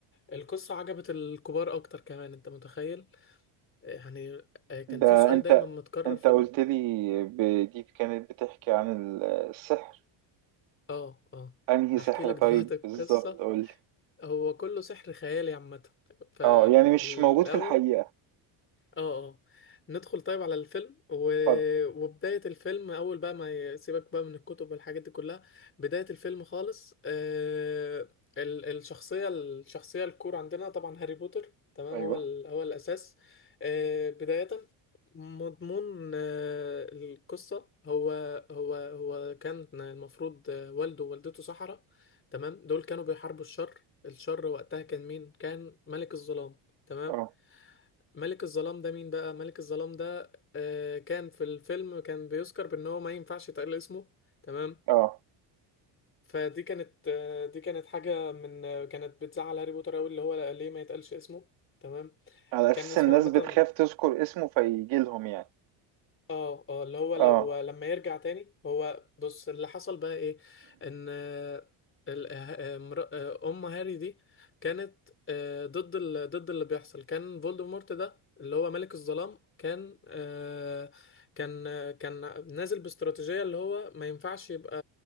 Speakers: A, on the left; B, on the right.
A: القصة عجبت الكبار أكتر كمان أنت متخيل آه، يعني آه، كان
B: ده
A: في سؤال
B: انت
A: دايما متكرر
B: انت
A: في
B: قلت
A: ال...
B: لي ب- دي كانت بتحكي عن ال- السحر
A: آه آه
B: انهي
A: هحكي
B: سحر
A: لك
B: طيب
A: دلوقتي القصة
B: بالظبط قول لي
A: هو كله سحر خيالي عامة فالأول
B: اه يعني مش موجود في الحقيقة
A: اه اه ندخل طيب على الفيلم و...
B: اتفضل
A: وبداية الفيلم أول بقى ما يسيبك بقى من الكتب والحاجات دي كلها بداية الفيلم خالص آه... ال... الشخصية الشخصية الكور عندنا طبعا هاري بوتر تمام
B: ايوه
A: هو ال... هو الأساس آه... بداية مضمون آه... القصة هو هو هو كان المفروض آه، والده ووالدته سحرة تمام دول كانوا بيحاربوا الشر الشر وقتها كان مين؟ كان ملك الظلام تمام
B: اه
A: ملك الظلام ده مين بقى ملك الظلام ده آه كان في الفيلم كان بيذكر بان هو ما ينفعش يتقال اسمه تمام
B: اه
A: فدي كانت آه دي كانت حاجة من آه كانت بتزعل هاري بوتر قوي اللي هو ليه ما يتقالش اسمه تمام
B: على اساس
A: كان اسمه
B: الناس
A: عامة
B: بتخاف تذكر اسمه فيجي لهم يعني
A: اه اه اللي هو لو
B: اه
A: لما يرجع تاني هو بص اللي حصل بقى ايه ان آه، ال- آه، مر- آه، ام هاري دي كانت آه، ضد ال... ضد اللي بيحصل كان فولدمورت ده اللي هو ملك الظلام كان آه، كان آه، كان نازل باستراتيجية اللي هو ما ينفعش يبقى